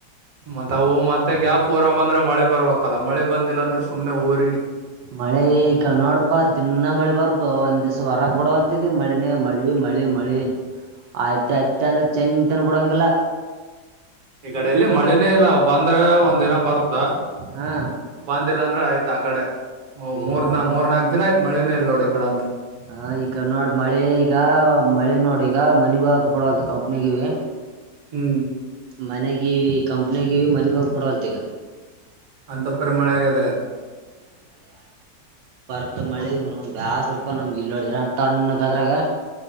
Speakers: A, on the right; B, on the right.
A: ಮತ್ತತ್ ಅವು ಮತ್ತೆ ಗ್ಯಾಪ್ೂರಾಮ್ ಅಂದ್ರೆ ಮಳೆ ಬರ್ಬೇಕಲ್ಲ ಮಳೆ ಬಂದಿಲ್ಲ ಅಂದ್ರೆ ಸುಮ್ನೆ ಊರಿ
B: ಮಳೆ ಈ ಕ ನೋಡ್ ಪಾ ದಿನ್ನ ಮಳಿ ಬರ್ತೋ ಒಂದ ದಿವ್ಸ ಹೊರಗ ಬಿಡವಲ್ತಿಲ್ಲಿ ಮಳಿನೇ ಮಳಿ ಮಳಿ ಮ ಆಯ್ತ ಆಯ್ತ ಅಂದ್ರೆ ಚೆಂತನ ಬಿಡಂಗಲ್ಲ.
A: ಈ ಕಡೆ ಇಲ್ಲಿ ಮಳನೇ ಇಲ್ಲ ಬಂದ್ರೆ ಒಂದಿನ ಬರ್ತ ದ
B: ಹಾ
A: ಬಂದಿಲ್ಲ ಅಂದ್ರೆ ಆಯ್ತು. <unintelligible> ಓ ಮೂರ್
B: ಈಗ
A: ದ ಮೂರ್ ನಾಲ್ಕ್ ದಿನ ಆಯತು. ಮಳೆನೇಇಲ್ಲ ನೋಡ ಈಕಡೆ.
B: ಹ ಈ ಕಣ ನೋಡ್ ಮಳೆ ಈಗ ಮಳೆ ನೋಡ ಈಗ ಮನಿಗೂ ಹೋಗಲಬರ್ವ್ಲತ ಕಂಪ್ನಿಗಿವ.
A: ಹ್ಮ್.
B: ಮನೆಗ ಕಂಪ್ನಿಗ ಮನಗ ಹೋಗ್ಬಡವಲ್ತ್ ಈಗ.
A: ಅಂತ ಪರ ಮಳೆ ಆಗದ.
B: ಇ ಮಳಿ ಇವನೌನ ಬ್ಯಾಸರ ಪಾ ನಮಗೆ ಇಲ್ಲೋಡಿದ್ರ ತಣ್ಣಗದ್ರಾಗ.